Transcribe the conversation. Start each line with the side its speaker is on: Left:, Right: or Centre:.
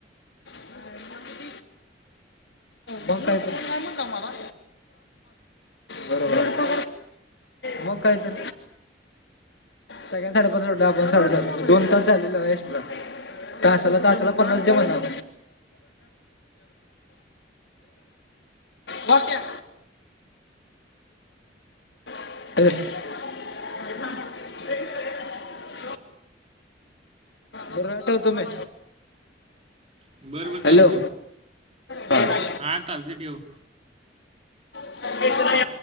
Left: <unintelligible> मग काय तर काय? म्हणला मला. बरोबर मग काय तर. सगळ्यांना साडेपाचला सोडला आपण साडेसात दोन तास झालेला एक्स्ट्रा. तासाला तासाला पन्नास दे म्हणाव. वाट्या. <unintelligible> बरं ठेवतो मी.
Right: बरं बरं
Left: हॅलो
Right: चालते
Left: हां
Right: हा चालते ठेव.
Left: <inaudible>